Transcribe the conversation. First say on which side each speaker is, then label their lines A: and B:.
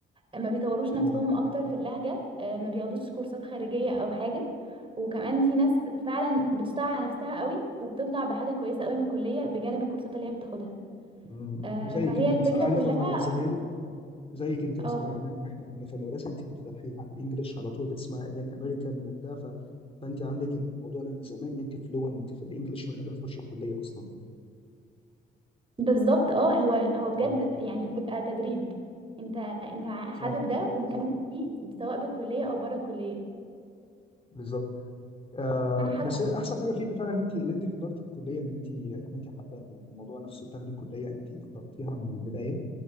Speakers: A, on the right (about 25°); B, on the left (about 30°).
A: ما بيطوروش نفسهم
B: مم.
A: اكتر في اللهجة آه، ما بياخدوش كورسات خارجية او حاجة وكمان في ناس فعلا بتشتغل على نفسها قوي وبتطلع بحاجة كويسة قوي من الكلية بجانب الكورسات اللي هي بتاخدها
B: مم.
A: آه،
B: زيك
A: فهي
B: انت
A: الفكرة
B: مثلا انا عارف
A: كلها
B: طبعا من زمان زيك انت
A: اه
B: مثلا عارف زمان لما احنا كنا في المدرسه انت كنت دحيحه في الانجليش على طول بتسمعي اغاني امريكان وبتاع ف... فانت عندك الموضوع ده من زمان ان انت فلوينت في الانجليش من قبل ما تخشي الكليه اصلا
A: بالظبط اه هو هو بجد
B: اه
A: يعني بتبقى تدريب انت انت حابب
B: صح
A: ده ومكمل فيه سواء بالكلية او بره الكلية
B: بالظبط آه
A: انا حابة
B: بس احسن حاجه فيك فعلا ان انت ان انت اخترتي الكليه اللي انت اللي انت حباها يعني الموضوع نفسه بتاخدي كليه انت اخترتيها من البدايه